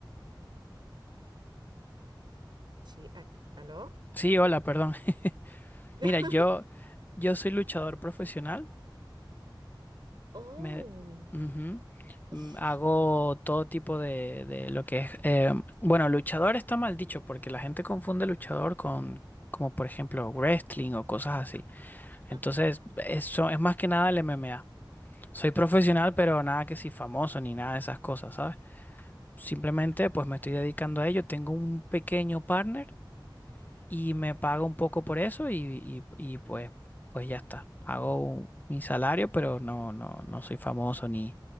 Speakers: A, on the right; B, on the left.
A: Sí, a- ¿aló?
B: Sí, hola, perdón. <laughs>
A: <laughs>
B: Mira, yo, yo soy luchador profesional,
A: Oh,
B: me, ujú, mm,
A: <laughs>
B: hago todo tipo de, de lo que es, eh, bueno, luchador está mal dicho porque la gente confunde luchador con, como por ejemplo, wrestling o cosas así. Entonces,
A: ujú.
B: eso es más que nada el MMA. Soy profesional, pero nada que si famoso ni nada de esas cosas, ¿sabes? Simplemente pues me estoy dedicando a ello. Tengo un pequeño partner y me paga un poco por eso y, y- y, pues, pues ya está. Hago un- mi salario, pero no, no, no soy famoso ni,